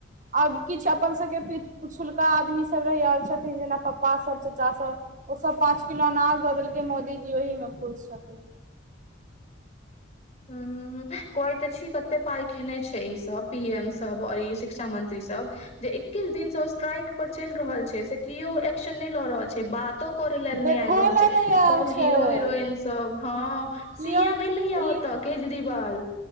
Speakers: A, on the right; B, on the left.
A: आओर किछु अपन सभ के पिछुलका आदमी सभ रहि आ छथिन जेना पापा सभ चाचा सभ ओ सभ पाँच किलो अनाज द देलकै मोदीजी ओहि मे खुश छथिन
B: हम्म हम्म कहै ते छी कते पाइ खेने छै ई सब पी एम सब आओर ई शिक्षा मंत्री सब जे एकीस दिनसँ ओ स्ट्राइक पर चलि रहल छै से कियो एक्शन ननै ल रहल छै बात तो करै ल नै
A: देखो
B: आबि रहल
A: ले
B: छै
A: नहि आयल
B: तब
A: छै
B: हीरो हिरोइन सब हँ
A: कियो
B: सी एम ए लैय अत
A: ई
B: केजरीवाल